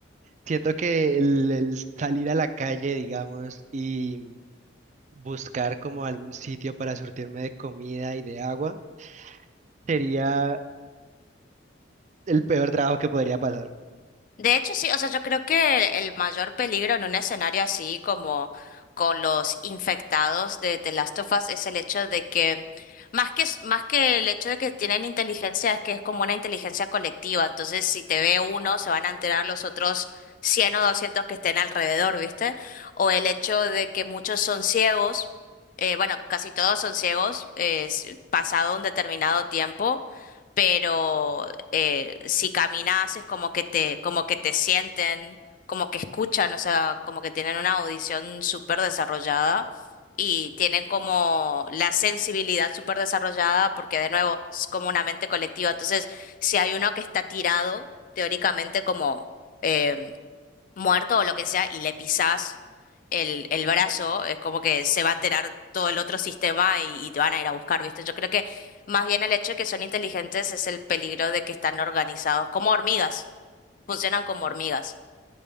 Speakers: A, on the right (about 40°); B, on the left (about 45°).
A: Siento que el, el salir a la calle, digamos, y buscar como algún sitio para surtirme de comida y de agua sería el peor trabajo que podría pasar.
B: De hecho, sí, o sea, yo creo que el mayor peligro en un escenario así como con los infectados de The Last of Us es el hecho de que, más que, más que el hecho de que tienen inteligencia, es que es como una inteligencia colectiva. Entonces, si te ve uno, se van a enterar los otros 100 o 200 que estén alrededor, ¿viste? O el hecho de que muchos son ciegos, eh, bueno, casi todos son ciegos, eh, s- pasado un determinado tiempo pero eh, si caminas es como que te, como que te sienten, como que escuchan, o sea, como que tienen una audición súper desarrollada y tienen como la sensibilidad súper desarrollada porque de nuevo es como una mente colectiva. Entonces, si hay uno que está tirado, teóricamente como... eh, muerto o lo que sea y le pisás el, el brazo, es como que se va a enterar todo el otro sistema y, y te van a ir a buscar, ¿viste? Yo creo que más bien el hecho de que son inteligentes es el peligro de que están organizados como hormigas, funcionan como hormigas.